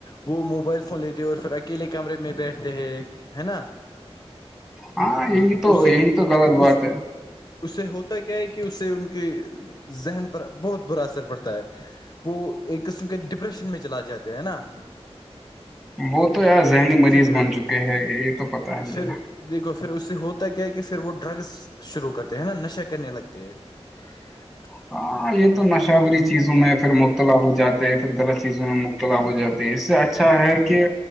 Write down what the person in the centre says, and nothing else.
ہاں یہی تو
یہی تو غلط بات
ہے
وہ تو یار ذہنی مریض
بن چکے ہے یہ تو پت ہی
ہے
ہاں یہ تو نشہورری چیزوں میں پھر مبتلا ہو جاتے پھر غلط چیزوں میں مبتد ہو جاتی اس سے اچھا ہے کہ